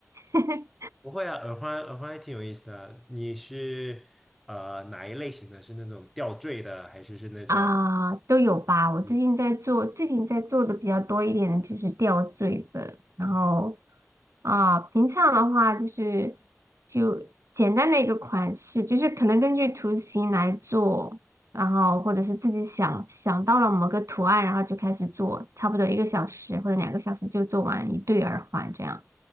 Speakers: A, on the right; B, in the centre.
A: <laughs>
B: 不会啊，耳环耳环还挺有意思的。你是呃哪一类型的？是那种吊坠的，还是是那种
A: 啊，都有吧。我最近在做，
B: 你
A: 最近在做的比较多一点的就是吊坠的，然后
B: 啊？
A: 啊，平常的话就是就简单的一个款式，就是可能根据图形来做，然后或者是自己想想到了某个图案，然后就开始做，差不多一个小时或者两个小时就做完一对耳环这样。